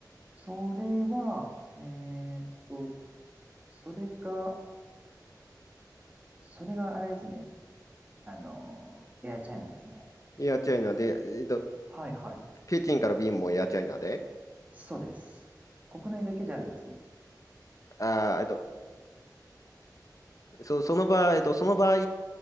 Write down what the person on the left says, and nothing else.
エアチャイナで、えっと、
北京から便もエアチャイナで、
あー、えっと、そ、その場合、えっと、その場合、